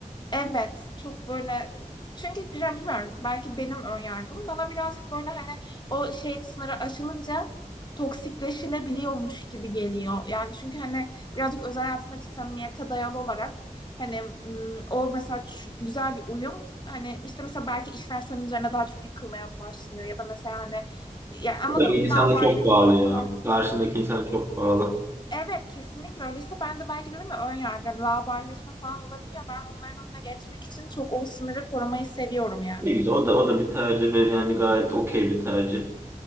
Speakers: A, on the left (about 35°); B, on the right (about 20°).
A: Evet, çok böyle çünkü biraz bilmiyorum belki benim ön yargım bana birazcık böyle hani o şey sınırı aşılınca toksikleşilebiliyormuş gibi geliyor. Yani çünkü hani birazcık özel hayatındaki samimiyete dayalı olarak hani mm, o mesela şu- güzel bir uyum hani işte mesela belki işler senin üzerine daha çok yıkılmaya başlıyor ya da mesela hani yani anladın
B: Tabii
A: mı bir
B: insana
A: laubalileşme
B: çok bağlı ya.
A: falan
B: Karşındaki insana çok bağlı.
A: Evet kesinlikle öyle İşte ben de belki dedim ya ön yargı hani laubalileşme falan olabiliyor. Ben onların önüne geçmek için çok o sınırı korumayı seviyorum yani.
B: Ne güzel. O da o da bir tercih ve yani gayet okey bir tercih.